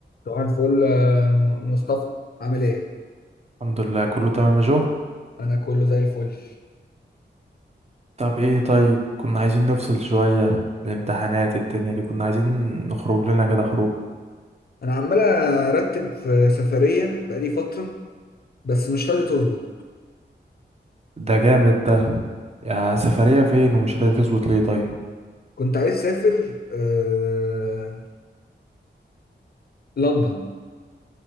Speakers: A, on the left (about 55°); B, on the right (about 35°).
A: صباح الفل آه، م- مصطفى عامل ايه؟
B: الحمد لله كله تمام يا جو
A: انا كله زي الفل
B: طب ايه طيب كنا عايزين نفصل شوية الامتحانات الدنيا دي كنا عايزين نخرج لنا كده خروج
A: انا عمال ارتب في سفرية بقالي فترة بس مش راضي تظبط
B: ده جامد ده يا سفرية فين ومش راضي تظبط ليه طيب
A: كنت عايز اسافر آه... لندن